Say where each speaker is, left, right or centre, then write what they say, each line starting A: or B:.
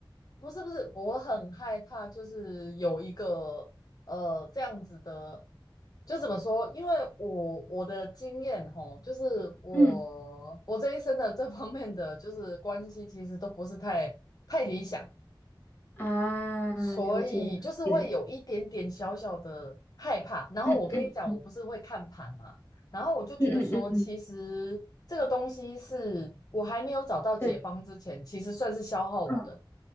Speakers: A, on the left; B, on the left.
A: 不是不是，我很害怕，就是有一个呃这样子的，就怎么说？因为我我的经验吼，就是我我这一生的这方面的就是关系，
B: 嗯。
A: 其实都不是太太理想，
B: 啊，
A: 所以就是会有一点点小小的害怕。
B: 了解了解，
A: 然后我跟你讲，
B: 嗯嗯嗯
A: 我不是会看盘嘛，然后我就觉得说，
B: 嗯嗯嗯嗯，
A: 其实这个东西是我还没有找到解方之前，
B: 对，
A: 其实算是消耗我的，
B: 嗯